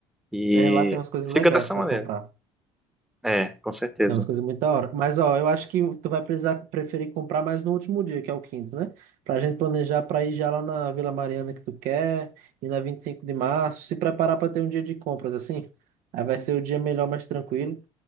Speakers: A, in the centre; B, on the right.
A: E
B: É, lá tem umas coisas legais
A: fica dessa
B: para
A: maneira.
B: comprar.
A: É, com certeza.
B: Tem umas coisas muito da hora. Mas, ó, eu acho que tu vai precisar preferir comprar mais no último dia, que é o quinto, né? Pra gente planejar pra ir já lá na Vila Mariana que tu quer, e na 25 de março, se preparar pra ter um dia de compras, assim. Aí vai ser o dia melhor, mais tranquilo.